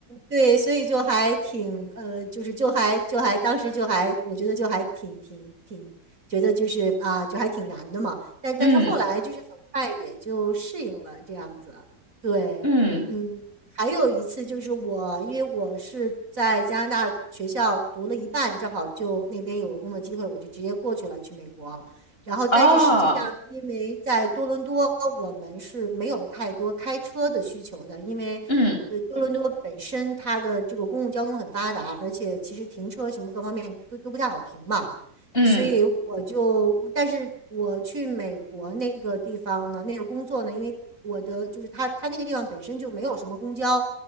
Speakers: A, on the right; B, on the left.
A: 对，所以就还挺，呃，就是就还就还当时就还，我觉得就还挺挺挺，觉得就是啊，就还挺难的嘛。但但是后来就是很快也就适应了这样子，
B: 嗯
A: 对，
B: 嗯
A: 嗯，还有一次就是我，因为我是在加拿大学校读了一半，正好就那边有个工作机会，我就直接过去了，去美国。然后，但是实际上，
B: 啊，
A: 因为在多伦多，我们是没有太多开车的需求的，因为，
B: 嗯
A: 呃，多伦多本身它的这个公共交通很发达，而且其实停车什么各方面都都不太好停嘛，
B: 嗯
A: 所以我就，但是我去美国那个地方呢，那个工作呢，因为我的就是他他那个地方本身就没有什么公交，